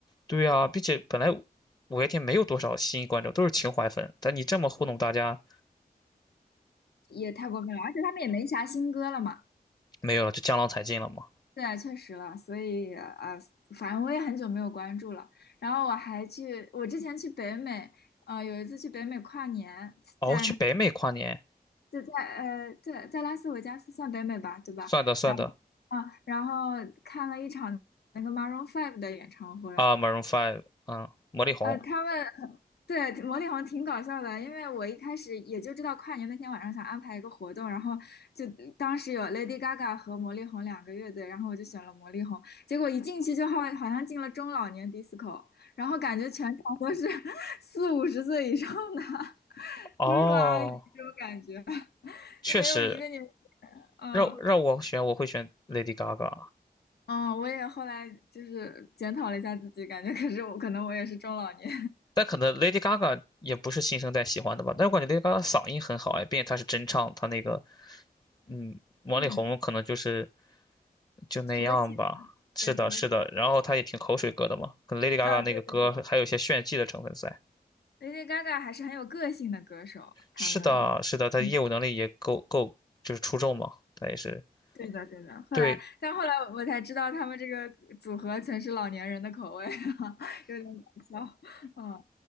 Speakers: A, on the left; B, on the left.
A: 对呀、并且本来五月天没有多少新观众，都是情怀粉，但你这么糊弄大家。
B: 也太过分了。而且他们也没啥新歌了嘛，
A: 没有了，就江郎才尽了嘛。
B: 对啊，确实了。所以啊呃反正我也很久没有关注了。然后我还去，我之前去北美，呃，有一次去北美跨年，
A: 哦，
B: 在那
A: 去北美跨年，
B: 就在呃对，在拉斯维加斯算北美吧，对吧？
A: 算的算的
B: 然后啊，然后看了一场那个 Maroon Five 的演唱会，
A: 啊，Maroon Five，嗯，魔力红。
B: 呃，他们对魔力红挺搞笑的，因为我一开始也就知道跨年那天晚上想安排一个活动，然后就当时有 Lady Gaga 和魔力红两个乐队，然后我就选了魔力红，结果一进去就好好像进了中老年 disco，然后感觉全场都是 <laughs> 四五十岁以上的 <laughs>
A: 哦，
B: 叔叔阿姨这种感觉，
A: 确实，
B: 没有一个年，嗯
A: 让让我选，我会选 Lady Gaga，
B: 嗯，我也后来就是检讨了一下自己，感觉可是我可能我也是中老年，
A: 但可能 Lady Gaga 也不是新生代喜欢的吧。但我感觉 Lady Gaga 嗓音很好哎，并且她是真唱，她那个嗯，
B: <laughs>
A: 魔力红可能就是
B: 嗯，
A: 就那样吧。
B: 图个气氛，
A: 是的，
B: 对，图个。
A: 是的，然后她也挺口水歌的嘛，可能 Lady Gaga
B: 啊，
A: 那个歌还有一些炫技的成分在。
B: 对对对，Lady Gaga 还是很有个性的歌手，他们，
A: 是的，是的，她业务能力也够够，
B: 嗯，
A: 就是出众嘛，她也是。
B: 对的对的。后来，
A: 对，
B: 但后来我才知道他们这个组合全是老年人的口味，<laughs> 哈，有点搞笑。嗯，